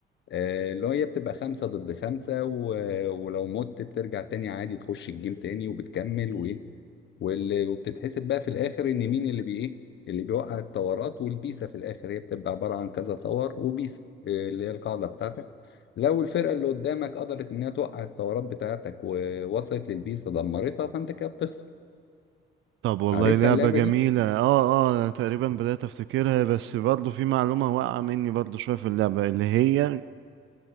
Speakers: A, on the left; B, on the right.
A: آه، اللي هي بتبقى خمسة ضد خمسة و- ولو مت بترجع تاني عادي تخش الجيم تاني وبتكمل وإيه وال- وبتتحسب بقى في الآخر إن مين اللي بي إيه اللي بيوقع التورات والبيسة في الآخر هي بتبقى عبارة عن كذا تور وبيسة آه، اللي هي القاعدة بتاعتك لو الفرقة اللي قدامك قدرت إنها توقع التورات بتاعتك ووصلت للبيسة دمرتها فأنت كده بتخسر
B: طب والله
A: عارفها
B: لعبه
A: اللعبة
B: جميله
A: دي؟
B: اه اه أنا تقريبا بدات افتكرها بس برضه في معلومه واقعه مني برضه شويه في اللعبه اللي هي